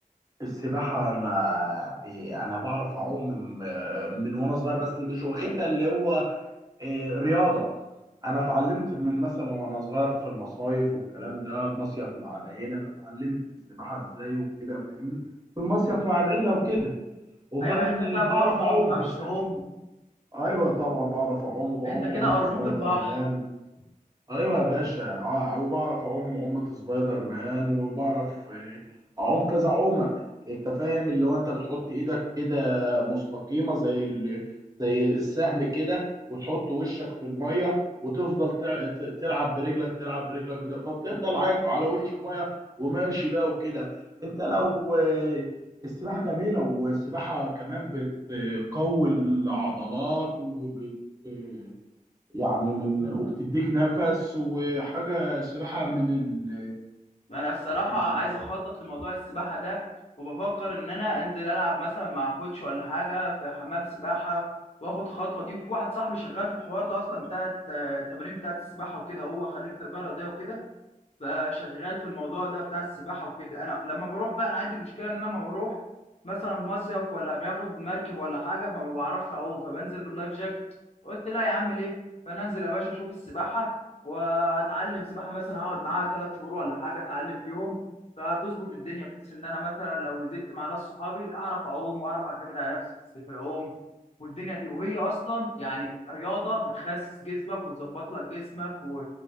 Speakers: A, on the right; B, on the left.
A: السباحه انا ب... انا بعرف اعوم من... آه، من وانا صغير بس مش واخدها اللي هو آه، رياضه انا اتعلمت من مثلا وانا صغير في المصايف والكلام ده مصيف مع العيله فاتعلمت السباحه ازاي وكده فاهمني في المصيف مع العيله وكده امال
B: ايوه يعني انت بتعرف
A: بعرف
B: تعوم ولا
A: اعوم
B: ما بتعرفش
A: بس
B: تعوم
A: ايوه طبعا بعرف اعوم وبعوم
B: انت كده
A: عومه
B: قرموط
A: سبايدر
B: البحر
A: مان ايوه يا باشا ع- وبعرف اعوم عومة سبايدر مان وبعرف آه، اعوم كذا عومة انت فاهم اللي هو انت بتحط ايدك كده مستقيمة زي ال... زي السهم كده وتحط وشك في المية وتفضل تع- ت- تلعب برجلك تلعب برجلك بدا- فبتفضل عايف على وش المية وماشي بقى وكده انت لو آه، السباحة جميلة والسباحة كمان بتقوي العضلات وبت آه، يعني من وبتديك نفس وحاجة سباحة من ال
B: انا الصراحه
A: ال
B: عايز اخطط لموضوع السباحه ده وبفكر ان انا انزل العب مثلا مع كوتش ولا حاجه في حمام سباحه واخد خطوه دي وفي واحد صاحبي شغال في الحوار ده اصلا بتاع الت- التمارين بتاعه السباحه وكده هو خريج تربيه رياضيه وكده بقى شغال في الموضوع ده بتاع السباحه وكده انا لما بروح بقى انا عندي مشكله ان انا لما بروح مثلا مصيف ولا باخد مركب ولا حاجه فما بعرفش اعوم فبنزل باللايف جاكت قلت لا يا عم ليه فانا انزل يا باشا اشوف السباحه واتعلم سباحه مثلا هقعد معاها ثلاث شهور ولا حاجه اتعلم فيهم فهتظبط الدنيا بحيث ان انا مثلا لو نزلت مع ناس صحابي اعرف اعوم واعرف اعتمد على نفسي في العوم والدنيا دي وهي اصلا يعني رياضه بتخسس جسمك وتظبط لك جسمك و...